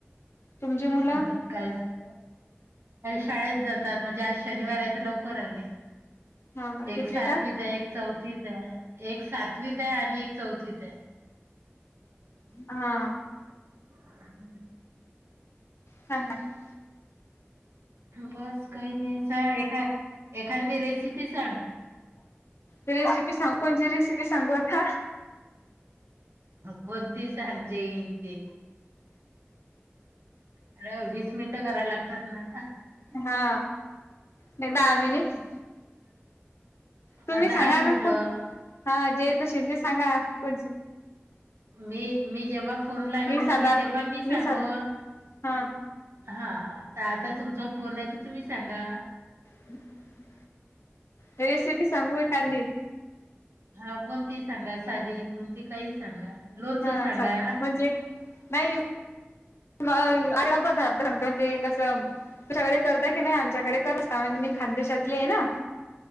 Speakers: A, on the left; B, on the right.
A: तुमची मुलं
B: अजून काय सुरू आहे? शाळेत जातात म्हणजे आज शनिवार आहे तर लवकर आले.
A: हो का
B: एक
A: कितवीतात
B: सातवीत आहे एक चौथीच आहे एक सातवीत आहे आणि एक चौथीत. आहे.
A: हा
B: हम्म. <inaudible>
A: ह ना. <unintelligible>
B: बस काही नाही स एखा एखादी रेसिपी सांग..
A: रेसिपी सांग कोणची रेसिपी सांगू आता
B: कोणतीही सांग ज येईल ते अरे वीस मिनिटं करायला लागतात ना
A: हा नयी दहा मिनिट. तुम्ही
B: ह
A: सांगा
B: दहा
A: ना
B: मिनटं.
A: कोण हा जे येत अशील ते सांगा कोण.
B: मी मी जेव्हा फोन लावीन
A: मी
B: की
A: साधार
B: नाही तेव्हा मी सांगो.
A: साधा हा
B: हा तर आता तुमचा फोन आहे तर तुम्ही सांगा.
A: हम् <inaudible> रेसिपी सांगू हे एकांदी?
B: हा कोणती सांगा साधी कोणती काही सांगा लोणचं
A: हा
B: सांगा.
A: सा म्हणजे नाही म अन्न पदार्थ सांगतो म्हणजे कस सगळे करता की नाही आमच्याकडे कर म्हणजे मी खदेशातली आहे ना